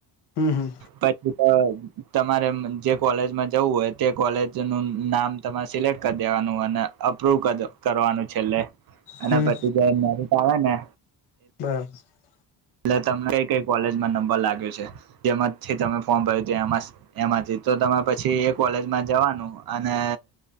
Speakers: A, on the left (about 70°); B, on the right (about 60°).
A: હમ હમ
B: પછી તો તમારે જે કોલેજમાં જવું હોય તે કોલેજનુંું નામ તમારે સિલેક્ટ કરી દેવાનુંય અને અપ્રુવ કરવાનું છેલ્લે અને
A: હમ
B: પછી જે મેરીટ આવે ને
A: <unintelligible>
B: એટલે તમને કઈ કઈ કોલેજમાં નંબર લાગ્યો છે જેમાંથી તમે ફોર્મ ભર્યું <unintelligible> એમાંથી તો તમે પછી એ કોલેજમાં જવાનું અને